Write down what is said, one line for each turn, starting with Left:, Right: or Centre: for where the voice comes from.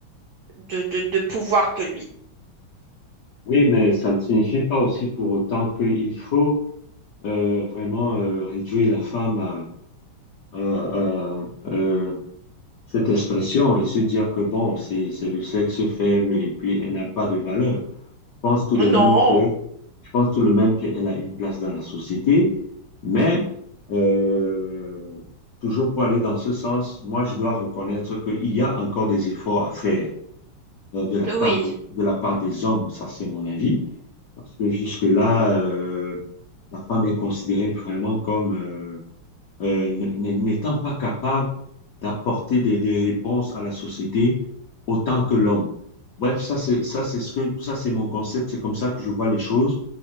Right: de, de, de pouvoir que lui.
Left: Oui, mais ça ne signifie pas aussi pour autant qu'il faut euh, vraiment euh, réduire la femme à, à, à euh, cette expression et se dire que bon, c'est c'est le sexe faible et puis elle n'a pas de valeur. pense tout de
Right: Non,
Left: même que, je pense tout de même qu'elle a une place dans la société, mais euh, toujours pour aller dans ce sens, moi, je dois reconnaître qu'il y a encore des efforts à faire euh, de la part,
Right: oui,
Left: de la part des hommes, ça c'est mon avis, parce que jusque-là, euh, la femme est considérée vraiment comme... euh, euh, n- n'étant pas capable d'apporter des, des réponses à la société autant que l'homme. Bref, ça c'est ça c'est ce que ça c'est mon concept, c'est comme ça que je vois les choses